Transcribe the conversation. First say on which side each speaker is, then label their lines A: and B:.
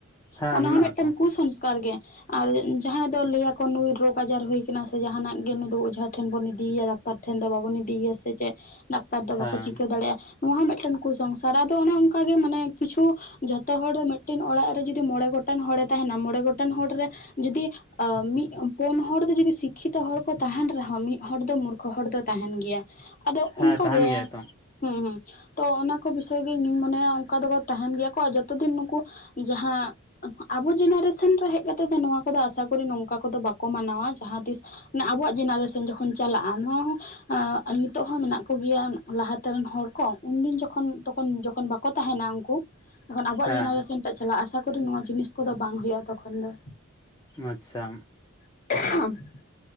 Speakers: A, on the left (about 15°); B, on the left (about 35°).
A: ᱦᱮᱸ
B: ᱚᱱᱟ
A: ᱢᱮᱱᱟᱜᱼᱟ
B: ᱦᱚᱸ ᱢᱤᱫᱴᱮᱱ
A: ᱛᱚ
B: ᱠᱩ-ᱥᱚᱝᱥᱠᱟᱨ ᱜᱮ ᱟᱨ ᱡᱟᱦᱟᱸᱭ ᱫᱚ ᱞᱟᱹᱭᱟ ᱠᱚ ᱱᱩᱭ ᱨᱳᱜᱽ ᱟᱡᱟᱨ ᱦᱩᱭ ᱠᱟᱱᱟ ᱥᱮ ᱡᱟᱸᱦᱟᱱᱟᱜ ᱜᱮ ᱱᱩᱭ ᱫᱚ ᱳᱡᱷᱟ ᱴᱷᱮᱱ ᱵᱚᱱ ᱤᱫᱤᱭᱟ ᱭᱟ, ᱰᱟᱠ ᱰᱟᱠᱛᱟᱨ ᱴᱷᱮᱱ ᱫᱚ ᱵᱟᱵᱚᱱ ᱤᱫᱤᱭᱮᱭᱟ ᱥᱮ ᱪᱮᱫ ᱰᱟᱠᱛᱟᱨ ᱫᱚ ᱵᱟᱠᱚ
A: ᱦᱮᱸ
B: ᱪᱤᱠᱟᱹ ᱫᱟᱲᱮᱭᱟᱜᱼᱟ ᱱᱚᱣᱟ ᱦᱚᱸ ᱢᱤᱫᱴᱮᱱ ᱠᱩ-ᱥᱚᱝᱥᱟᱨ ᱟᱫᱚ ᱚᱱᱮ ᱚᱱᱠᱟ ᱜᱮ ᱢᱟᱱᱮ ᱠᱤᱪᱷᱩ ᱡᱷᱚᱛᱚ ᱦᱚᱲ ᱢᱤᱫᱴᱮᱱ ᱚᱲᱟᱜ ᱨᱮ ᱡᱩᱫᱤ ᱢᱚᱬᱮ ᱜᱚᱴᱟᱝ ᱦᱚᱲᱮ ᱛᱟᱸᱦᱮᱱᱟ ᱢᱚᱬᱮ ᱜᱚᱴᱮᱱ ᱦᱚᱲ ᱨᱮ ᱡᱩᱫᱤ ᱚ ᱢᱤᱫ ᱯᱳᱱ ᱦᱚᱲ ᱫᱚ ᱡᱩᱫᱤ ᱥᱤᱠᱠᱷᱤᱛᱚ ᱦᱚᱲ ᱠᱚ ᱛᱟᱸᱦᱮᱱ ᱨᱮᱦᱚᱸ ᱢᱤᱫ ᱦᱚᱲ ᱫᱚ ᱢᱩᱨᱠᱷᱚ ᱦᱚᱲ ᱫᱚ ᱛᱟᱸᱦᱮᱱ ᱜᱮᱭᱟ ᱟᱫᱚ
A: ᱦᱮᱸ
B: ᱚᱱᱠᱟ
A: ᱛᱟᱦᱮᱱ
B: ᱜᱮ
A: ᱜᱮᱭᱟᱭ ᱛᱚ
B: ᱦᱩᱸ ᱦᱩᱸ ᱛᱚ ᱚᱱᱟ ᱠᱚ ᱵᱤᱥᱚᱭ ᱜᱮ ᱤᱧᱤᱧ ᱢᱚᱱᱮᱭᱟ ᱚᱱᱠᱟ ᱫᱚᱠᱚ ᱛᱟᱸᱦᱮᱱ ᱜᱮᱭᱟ ᱠᱚ ᱡᱚᱛᱚ ᱫᱤᱱ ᱱᱩᱠᱩ ᱡᱟᱦᱟᱸ ᱟᱵᱚ ᱡᱮᱱᱟᱨᱮᱥᱚᱱ ᱨᱮ ᱦᱮᱡ ᱠᱟᱛᱮᱫ ᱫᱚ ᱱᱚᱣᱟ ᱠᱚᱫᱚ ᱟᱥᱟ ᱠᱚᱨᱤ ᱱᱚᱝᱠᱟ ᱠᱚᱫᱚ ᱵᱟᱠᱚ ᱢᱟᱱᱟᱣᱟ ᱡᱟᱦᱟᱸ ᱛᱤᱥ ᱢᱟᱱᱮ ᱟᱵᱚᱣᱟᱜ ᱡᱮᱱᱟᱨᱮᱥᱚᱱ ᱡᱚᱠᱷᱚᱱ ᱪᱟᱞᱟᱜᱼᱟ ᱱᱚᱣᱟ ᱦᱚᱸ ᱮᱸ ᱱᱤᱛᱚᱜ ᱦᱚᱸ ᱢᱮᱱᱟᱜ ᱠᱚ ᱜᱮᱭᱟ ᱞᱟᱦᱟᱛᱮᱱ ᱨᱤᱱ ᱦᱚᱲ ᱠᱚ ᱩᱱᱫᱤᱱ ᱡᱚᱠᱷᱚᱱ ᱛᱚᱠᱷᱚᱱ ᱡᱚᱠᱷᱚᱱ ᱵᱟᱠᱚ ᱛᱟᱦᱮᱱᱟ ᱩᱱᱠᱩ ᱛᱚᱠᱷᱚᱱ ᱟᱵᱚᱣᱟᱜ
A: ᱦᱮᱸ
B: ᱡᱮᱱᱟᱨᱮᱥᱚᱱ ᱴᱟᱜ ᱪᱟᱞᱟᱜ-ᱟ, ᱟᱥᱟ ᱠᱚᱨᱮ ᱱᱚᱣᱟ ᱡᱤᱱᱤᱥ ᱠᱚᱫᱚ ᱵᱟᱝ ᱦᱩᱭᱩᱜᱼᱟ ᱛᱚᱠᱷᱚᱱ ᱫᱚ
A: ᱟᱪ ᱪᱷᱟ
B: <unintelligible>